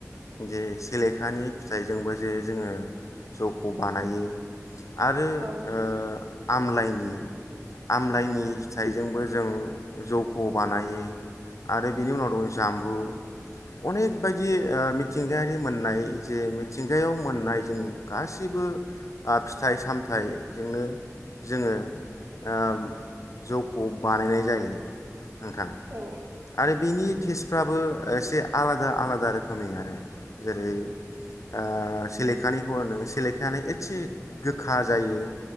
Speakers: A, on the left; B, on the right.
A: जे सेलेखानि फिथाइजोंबो जे जोङो जौखौ बानायो आरो
B: औ
A: ओ आमलाइनि आमलायनि
B: औ
A: फिथाइजोंबो जों जौखौ बानायो आरो बेनि उनाव दङ जाम्बु अनेक बायदि ओ मिथिंगायारि मोननाय जे मिथिंगायाव मोननाय जों गासैबो ओ फिथाइ सामथाइजोंनो जोङो ओ जौखौ बानायनाय जायो। नोंथां।
B: औ
A: आरो बेनि टेस्टफ्राबो एसे आलादा आलादा रोखोमनि आरो। जेरै ओ सिलेखानिखौनो सिलेखायानो एसे गोखा जायो